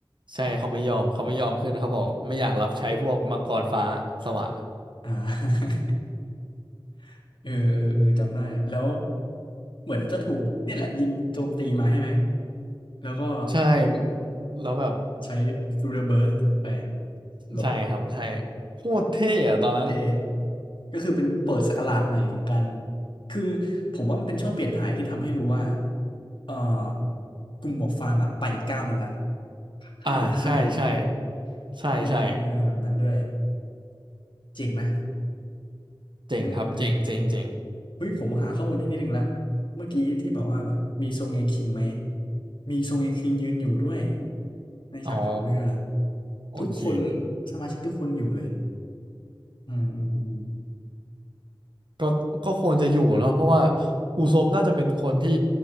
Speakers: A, on the right (about 65°); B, on the left (about 70°).
A: ใช่เขาไม่ยอมเขาไม่ยอมขึ้นเขาบอกไม่อยากรับใช้พวกมังกรฟ้าสวะ
B: อ่า <laughs> เออเออเออจำได้แล้วเหมือนจะถูกเนี่ยแหละยิงโจมตีมาใช่ไหมแล้วก็
A: ใช่แล้วแบบ
B: ใช้ฟิวเ e อร์เบิร์สไปหลบ
A: ใช่ครับใช่โคตรเท่อะตอนนั้น
B: เตะก็คือเป็นเปิดศักราชใหม่ของการคือผมว่ามันเป็นช่วงเปลี่ยนถ่ายที่ทำให้รู้ว่าเอ่อกลุ่มหมวกฟางอ่ะไปอีกก้าวหนึ่งละข้ามอีกขั้นหนึ่งละ
A: อ่าใช่ใช่ใช่ใช่
B: เออเออแบบนั้นด้วยเจ๋งไหม
A: เจ๋งครับเจ๋งเจ๋งเจ๋ง
B: เออเออเออเฮ้ยผมหาข้อมูลที่นิดหนึ่งละเมื่อกี้ที่บอกว่าแบบมีทรงเงคิงไหมมีทรงเงคิงยืนอยู่ด้วยในฉากเผาเรือ
A: อ๋อโอเค
B: ทุกคนสมาชิกทุกคนอยู่เลยอืมอืมอืม
A: ก็ก็ควรจะอยู่เนาะเพราะว่าอูซบน่าจะเป็นคนที่